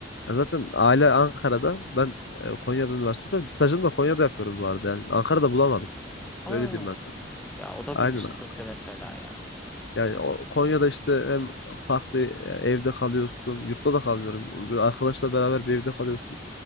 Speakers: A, on the left (about 65°); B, in the centre.
A: Ya zaten aile Ankara'da. Ben e, Konya'da üniversite okuyorum. Stajımı da Konya'da yapıyorum bu arada. Yani Ankara'da bulamadım.
B: Aa,
A: Öyle diyeyim ben sana.
B: Ya o da
A: Aynen.
B: büyük sıkıntı
A: abi.
B: mesela ya.
A: Yani o Konya'da işte hem farklı e, evde kalıyorsun. Yurtta da kalmıyorum. Bir arkadaşla beraber bir evde kalıyorsun.